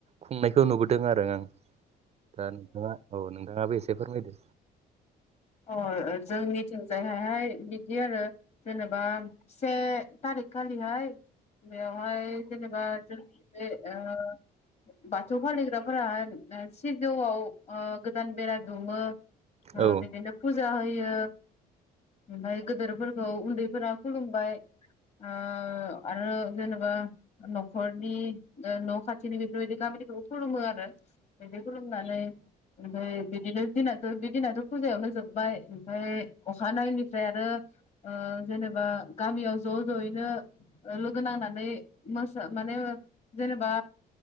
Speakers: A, on the right; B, on the left.
A: खुंनायखौ नुबोदों आरो आं दा नोंथाङा औ नोंथाङा एसे फोरमायदो
B: अ ओ जोंनिथिंजायहायहाय बिदि आरो जेनेबा से थारिख खालिहाय बेयावहाय जेनेबा जोंनि बे ओ बाथौ फालिग्राफोराहाय सिजौआव ओ गोदान बेरा दुमो ओ
A: औ
B: बिदिनो फुजा होयो ओमफ्राय गोदोरफोरखौ उन्दैफोरा खुलुमबाय ओ आरो जेनेबा न'खरनि ओ न' खाथिनि बेफोरबायदि गामिखौबो खुलुमो आरो बिदि खुलुमनानै ओमफ्राय बिदिनो दिनाथ' बि दिनाथ' फुजायावनो जोबबाय ओमफ्राय अखानायैनायनिफ्राय आरो ओ जेनेबा गामियाव ज' ज'यैनो लोगो नांनानै मोसा माने जेनेबा